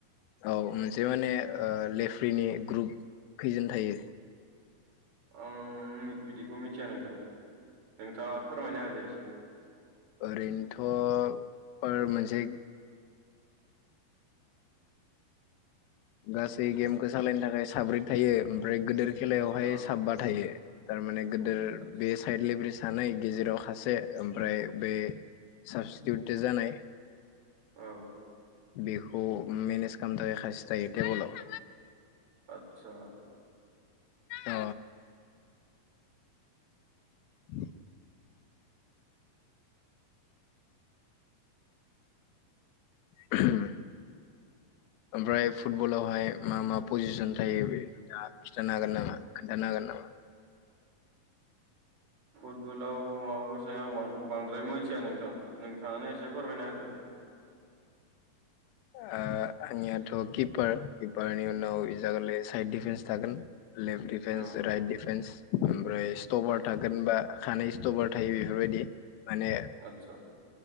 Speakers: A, on the left (about 85°); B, on the right (about 85°).
A: औ मोनसे माने ओ लेफ्रिनि ग्रुप खैजोन थायो?
B: आं बिदिखौ मिथिया नोंथां नोंथाङा फोरमायना होदो एसे
A: ओरैनोथ'फोर मोनसे गासै गेमखौ सालायनो थाखाय साब्रै थायो ओमफ्राय गोदोर खेलायावहाय
B: औ
A: साबा थायो थारमाने गोदोर
B: आदसा
A: बे साइड लेब्रे सानै गेजेराव खासे ओमफ्राय बे साबस्टिटिउट जानाय
B: औ
A: बिहु मेनेज खालामनो थाखाय खासे थायो <unintelligible> टेबोलाव
B: आतसा
A: अ <inaudible> <unintelligible> ओमफ्राय फुटबलावहाय मा मा पजिसन थायो बे <inaudible> खिथानो हागोन नामा खोन्थानो हागोन नामा?
B: गोलाव माबाबो जाया आं बां-बांद्राय मिथिया नोंथां नोंथाङानो एसे फोरमायना होदो
A: ओ आंनियाथ' किपार किपारनि उनाव इजा गोलोय साइद डिफेन्स थागोन। लेफ्ट डिफेन्स
B: औ
A: राइट डिफेन्स ओमफ्राय स्टभार
B: आदसा
A: थागोन बा खानै स्टभार थायो बेफोरबायदि माने
B: आदसा